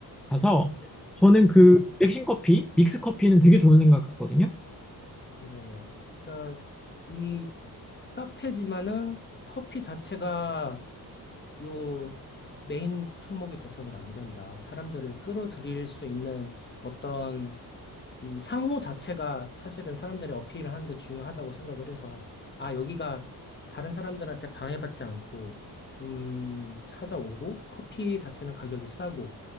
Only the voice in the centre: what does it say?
가서 저는 그
백신 커피, 믹스 커피는 되게 좋은 생각 같거든요.